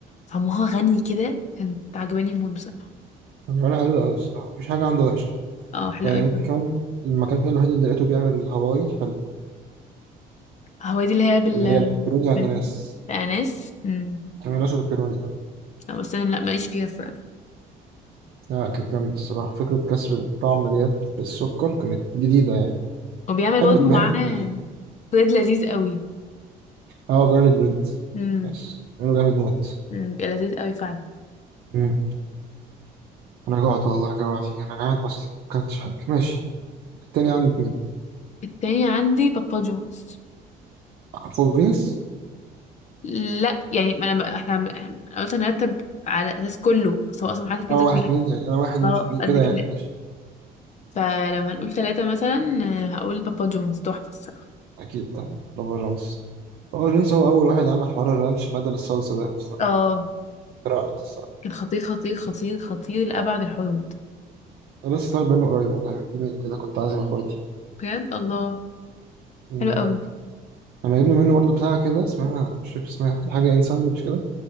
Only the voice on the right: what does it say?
هو بيعملها حلو قوي الصراحه مفيش حاجه عنده وحشه
يعني
ممكن كمان المكان الوحيد اللي لقيته بيعمل الهواي حلو
اللي هي البيبروني اناناس
اناناس وبيبروني
لا كانت جامدة الصراحة فكرة كسر الطعم ديت بالسكر كانت جديدة يعني
بحب
بحب
التجديد
اه جارليك بريد
بس عمله جامد موت
مم. أنا جوعت والله جوعتني أنا جعان أصلا مكلتش حاجة ماشي التاني عندي اتنين
فور رينجز
اه واحد
اتنين يعني أنا واحد أنت
اتنين
كده
يعني ماشي
أكيد طبعا بابا جونز بابا جونز هو أول واحد عمل حوار الرانش بدل الصلصة ده أصلا
رائع الصراحة
أنا لسه طالب منه قريب والله من يومين كده كنت عازم إخواتي
مم.
أنا جبنا منه برضه بتاعة كده اسمها مش فاكر اسمها حاجة إن ساندوتش كده